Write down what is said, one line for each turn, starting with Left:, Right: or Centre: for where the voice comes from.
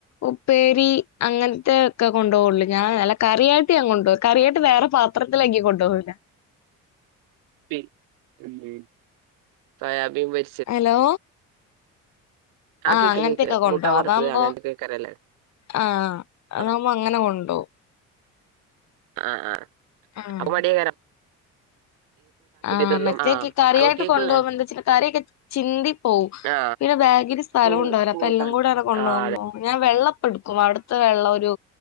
Left: ഉപ്പേരി അങ്ങൻത്തെക്കെ കൊണ്ടോ ഒള്ളൂ ഞാൻ നല്ല കറിയായിട്ട് ഞാൻ കൊണ്ടോ കറിയായിട്ട് വേറെ പാ ത്രത്തിലാക്കി കൊണ്ടോവല
Right: പിന്നെന്ത് സൊയാബീ പൊര്
Left: ഹലോ
Right: ആ
Left: ആഹ്
Right: കേക്ക്
Left: അങ്ങൻത്തെക്കെ
Right: കേക്ക്
Left: കൊണ്ടോവാ
Right: മുട്ട വറുത്തത്
Left: അതാഉമ്പോ
Right: അങ്ങനത്തെ കേക്കരല്ലേ
Left: ആഹ് അതാഉമ്പോ
Right: ആ
Left: അങ്ങനെ കൊണ്ടോഉം
Right: ആഹ് ആഹ്
Left: ആഹ്
Right: അപ്പൊ മടിയ്കാരം
Left: ആഹ്
Right: തിന്നും
Left: മറ്റേക്ക്
Right: ആ
Left: കറിയായിട്ട്
Right: അപ്പൊ കേക്കില്ലേ
Left: കൊണ്ടോഉമ്പോ എന്താച്ച കറിയൊക്കെ ചിന്തി പോവും
Right: ആ
Left: പിന്നെ ബാഗല് സ് സ്ഥലുണ്ടാഉലാ
Right: കൂ കൂട്ടാൻ
Left: അപ്പൊ എല്ലം കൂടെനെ കൊണ്ടോഉമ്പോ
Right: ആ അതെ
Left: ഞാൻ വെള്ളപ്പട്ക്കും അവിട്ത്തെ വെള്ളൊരു